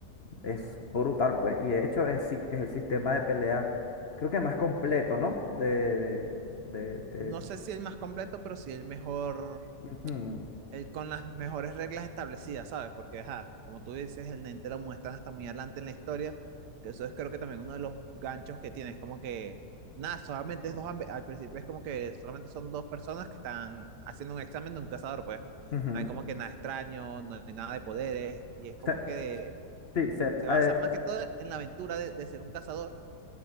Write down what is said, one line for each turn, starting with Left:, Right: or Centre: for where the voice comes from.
Left: es brutal, pues. Y de hecho es, si- es el sistema de pelea, creo que más completo, ¿no? De, de, de,
Right: No
Left: de-
Right: sé si el más completo, pero sí el mejor
Left: ujú,
Right: el, con las mejores reglas establecidas, ¿sabes? Porque, ajá, como tú dices, el Nente lo muestran hasta muy adelante en la historia, que eso es creo que también uno de los ganchos que tiene, es como que, nada, solamente es dos, ambi- al principio es como que solamente son dos personas que están haciendo un examen de un cazador, pues,
Left: ujú.
Right: no hay como que nada extraño, no hay nada de poderes, y es como
Left: Se-
Right: que
Left: sí, se-
Right: se basa
Left: eh,
Right: más que todo en la aventura de, de ser un cazador,